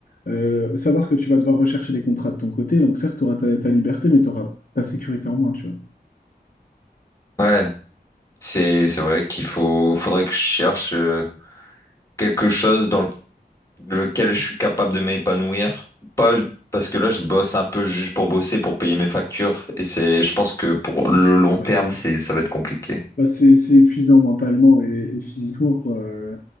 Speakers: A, on the left (about 55°); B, on the left (about 20°).
A: euh, savoir que tu vas devoir rechercher des contrats de ton côté. Donc certes, tu auras ta, ta liberté, mais tu auras ta sécurité en moins, tu vois.
B: Ouais, c'est c'est vrai qu'il faut faudrait que je cherche euh, quelque chose dans le- lequel je suis capable de m'épanouir. Pas parce que là je bosse un peu juste pour bosser, pour payer mes factures. Et c'est je pense que pour le long
A: Bah
B: terme,
A: non.
B: c'est ça va être compliqué.
A: Bah, c'est c'est épuisant mentalement et, et physiquement, quoi. Euh,